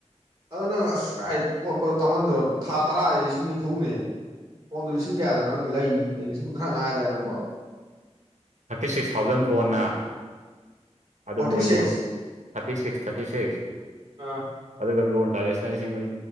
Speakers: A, on the right; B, on the right.
A: ꯑꯗꯨ ꯅꯪ ꯑꯁ ꯄꯣꯠꯄꯗꯣ ꯇꯝꯍꯟꯗ꯭ꯔꯕ ꯊꯥ ꯇꯔꯥꯗꯤꯩ ꯂꯤꯁꯤꯡ ꯅꯤꯐꯨꯅꯦꯕ ꯐꯣꯟꯗꯣ ꯂꯤꯁꯤꯡ ꯀꯌꯥꯗꯣ ꯅꯪ ꯂꯩ ꯂꯤꯁꯤꯡ ꯀꯨꯟꯊ꯭ꯔꯥ ꯃꯉꯥ ꯍꯥꯏꯇꯥꯔꯦ ꯅꯪꯕꯣ
B: ꯊꯥꯔꯇꯤ ꯁꯤꯛꯁ ꯊꯥꯎꯖꯟ ꯐꯣꯟꯅ ꯑꯗꯨ
A: ꯐꯣꯔꯇꯤ
B: ꯃꯣꯏꯔꯣꯟ
A: six
B: thirty six thirty six
A: ꯑ
B: ꯑꯗꯨꯒ ꯂꯣꯟ ꯇꯥꯔꯦꯁꯅ ꯂꯤꯁꯤꯡ ꯃꯔꯤ